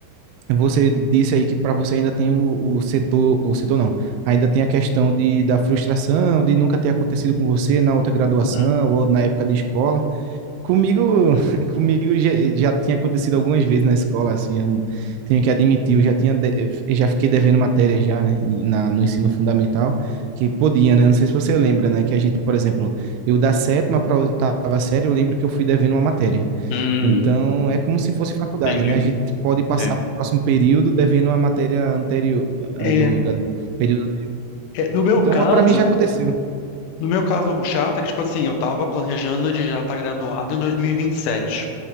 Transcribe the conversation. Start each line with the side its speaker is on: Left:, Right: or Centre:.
Right: você disse aí que para você ainda tem o, o setor, o setor não, ainda tem a questão de, da frustração, de nunca ter acontecido com você na outra graduação
Left: uhum.
Right: ou na época de escola. Comigo, <laughs> comigo já, já tinha acontecido algumas vezes na escola, assim, eu não- tenho que admitir, eu já tinha, de- eu já fiquei devendo matéria já, né, na, no ensino fundamental, que podia, né, não sei se você lembra, né, que a gente, por exemplo, eu da sétima para a oitava série, eu lembro que eu fui devendo uma matéria.
Left: Hum,
Right: Então, é como se fosse faculdade,
Left: entendi.
Right: né, a gente pode passar
Left: É.
Right: para o próximo período devendo uma matéria anterior, ah,
Left: É,
Right: do, da período anterior.
Left: é, no meu
Right: Então,
Left: caso,
Right: para mim já aconteceu.
Left: no meu caso chato é que, tipo assim, eu tava planejando de já estar graduado em dois mil e e vinte e sete